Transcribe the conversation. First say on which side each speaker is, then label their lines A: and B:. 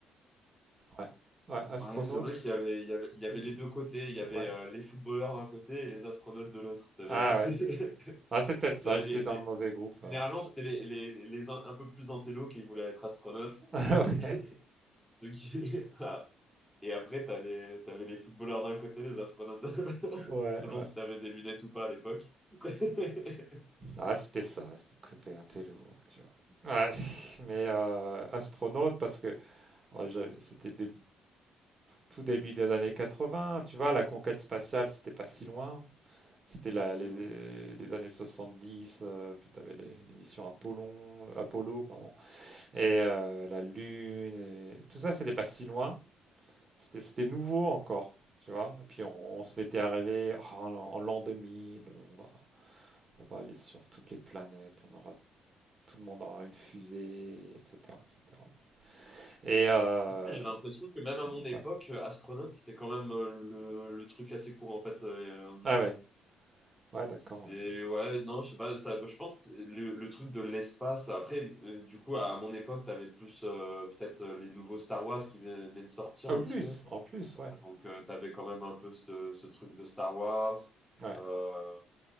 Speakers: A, on the right; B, in the centre.
A: Ouais. Ouais, astronaute,
B: Ouais, c'est vrai qu'il y avait, il y avait,
A: c'était...
B: il y avait les deux côtés. Il y avait
A: Ouais.
B: euh, les footballeurs d'un côté et les astronautes de l'autre. T'avais,
A: Ah
B: euh,
A: ouais. Ah,
B: <laughs>
A: c'est peut-être ça,
B: t'avais
A: j'étais
B: les,
A: dans
B: les-
A: le mauvais groupe alors.
B: Généralement,
A: <laughs> Ouais.
B: c'était les, les, les un, un peu plus intello qui voulaient être astronautes.
A: Ah
B: <laughs>
A: ouais.
B: C'est Ceux qui... <laughs> Ah. Et après, t'as les, t'avais les footballeurs d'un côté, les astronautes <laughs> de l'autre,
A: Ouais,
B: selon
A: ouais.
B: si t'avais des lunettes ou pas à l'époque. <laughs>
A: Ah, c'était ça, c'était le côté intello, tu vois. Ouais, <laughs> mais euh, astronaute, parce que oh, j'avais- c'était dé- tout début des années 80. tu vois, la conquête spatiale, c'était pas si loin. C'était la- les,
B: Hmm.
A: les années 70, euh, puis tu avais les, les missions Apollon, Apollo, pardon, et euh, la Lune, et... tout ça, c'était pas si loin, c'était c'était nouveau encore, tu vois. Et puis on, on se mettait à rêver, Ah, en, en l'an deux mille on va, on va aller sur toutes les planètes, on aura, tout le monde aura une fusée, etc., etc. Et cetera. Et euh,
B: Ouais, mais J'ai l'impression que même à
A: donc,
B: mon époque,
A: ouais.
B: euh, astronaute, c'était quand même euh, le, le truc assez courant. En fait, euh,
A: ah ouais, ouais, d'accord.
B: C'est
A: ouais.
B: ouais, non, je sais pas, ça, je pense le, le truc de l'espace. Après, euh, du coup, à mon époque, t'avais plus euh, peut-être euh, les nouveaux Star Wars qui venaient de sortir
A: Ah,
B: un
A: en plus,
B: petit peu. Euh,
A: en plus, ouais,
B: Donc, euh, t'avais quand même un peu ce, ce truc de Star Wars.
A: ouais,
B: Euh,